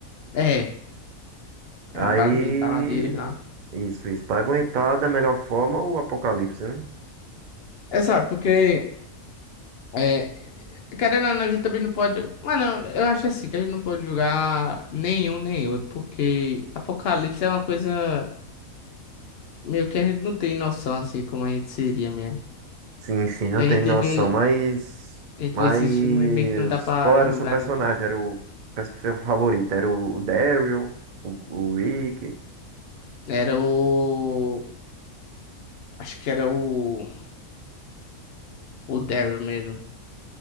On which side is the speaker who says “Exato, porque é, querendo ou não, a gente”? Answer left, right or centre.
Left